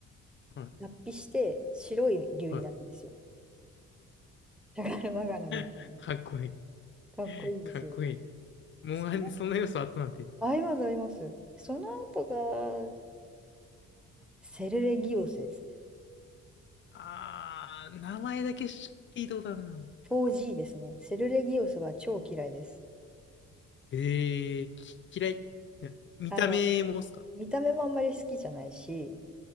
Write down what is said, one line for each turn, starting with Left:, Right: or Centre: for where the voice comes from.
Left: はい。
Centre: 脱皮して白い竜になるんですよ。
Left: はい。
Centre: しゃがるまがらになる。
Left: <laughs> かっこいい。
Centre: かっこいいんですよ。
Left: かっこいい。モンハンにそんな要素あったなんて。
Centre: その、あります、あります。その後が、セルレギオスですね。
Left: ああ、名前だけし聞いたことあるな。
Centre: 4G ですね。セルレギオスは超嫌いです。
Left: ええき、嫌い。いや見た目もっすか
Centre: あの、見た目もあんまり好きじゃないし、